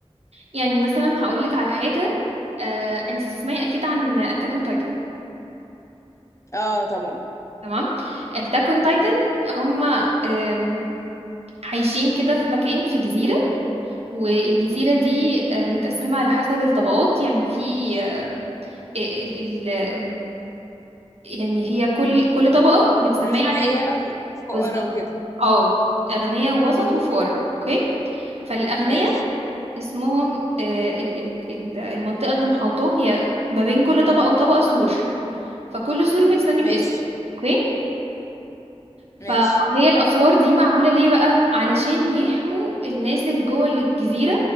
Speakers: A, on the right; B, on the left.
A: يعني مثلا هقولك على حاجة آه، انت تسمعي اكيد عن اتاك اون تايتن
B: اه طبعا
A: تمام اتاك اون تايتن هما آم، عايشين كده في مكان في جزيرة والجزيرة دي آه، متقسمة على حسب الطبقات يعني في آه، ال- ال- يعني هي كل كل طبقة متسمية
B: أغنياء
A: على اسم
B: وفقراء
A: بالظبط
B: وكده
A: اه أغنياء ووسط وفقراء اوكي فالأغنياء
B: ماشي
A: اسمهم آه، ال- ال- ال- المنطقة اللي محاوطاهم هي ما بين كل طبقة وطبقة سور فكل سور متسمي باسم
B: ماشي
A: اوكي فهي
B: ماشي
A: الأسوار دي معمولة ليه بقى علشان يحموا الناس اللي جوه الجزيرة